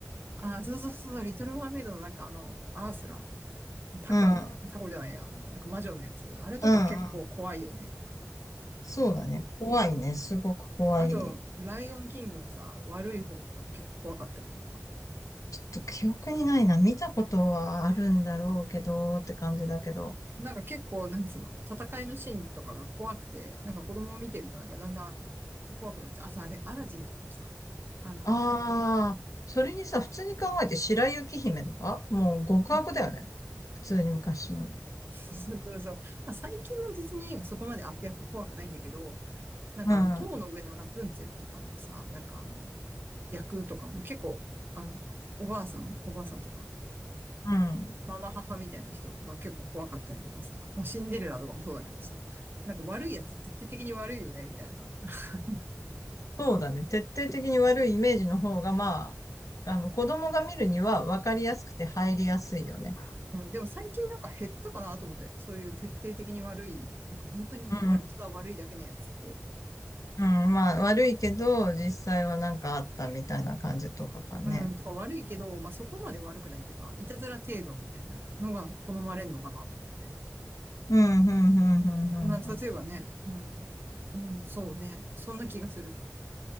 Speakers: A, on the right (about 40°); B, on the left (about 90°).
A: あそうそうそう、リトルマーメイドのなんかあの、アースラ、タコ、
B: うん。
A: タコじゃないや、あの、なんか魔女のやつ、あれとか結構怖いよね。
B: うんうん。そうだね。怖いね。すごく怖い。
A: あと、ライオンキングのさ、悪い方とかも結構怖かったりとか。
B: ちょっと記憶にないな。見たことはあるんだろうけど、って感じだけど。
A: なんか結構、なんつうの、戦いのシーンとかが怖くて、なんか子供を見てるとなんかだんだん怖くなっちゃう。あとあれ、アラジンとかもさ、あの、
B: ああ、それにさ、普通に考えて白雪姫とか、もう極悪だよね。
A: うん
B: 普通に昔の。
A: そうそうそう。まあ最近のディズニー映画そこまで悪役怖くないんだけど、なんかあの、
B: うん、うん、
A: 塔の上のラプンツェルとかのさ、なんかあの、役とかも結構、あの、おばあさんおばあさんっていうか、
B: うん、うん。
A: ママ母みたいな人が結構怖かったりとかさ、まあシンデレラとかもそうだけどさ、なんか悪いやつ徹底的に悪いよね、みたいな。<laughs>
B: そうだね。徹底的に悪いイメージの方が、まあ、あの、子供が見るには分かりやすくて入りやすいよね。
A: うん、でも最近なんか減ったかなと思って、そういう徹底的に悪い、なんか本当に悪い、
B: うん、
A: ただ悪いだけのやつって、
B: うん、まあ、
A: なんか
B: 悪いけど、実際はなんかあったみたいな感じとかがね。
A: うん、とか悪いけど、まあ、そこまで悪くないっていうか、いたずら程度みたいなのが好まれるのかなと思って。
B: うん、うん、うん、うん、
A: まあ、例えばね、
B: うん、う
A: うん、うん、そうね、そんな気がする。